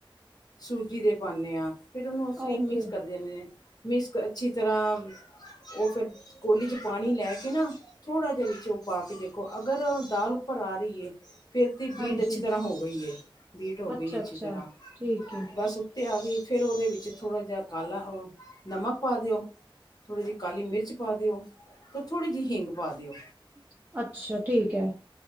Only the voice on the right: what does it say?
ਓਕੇ
ਹਾਂਜੀ
ਅੱਛਾ-ਅੱਛਾ
ਠੀਕ ਏ
ਅੱਛਾ-ਅੱਛਾ ਠੀਕ ਐ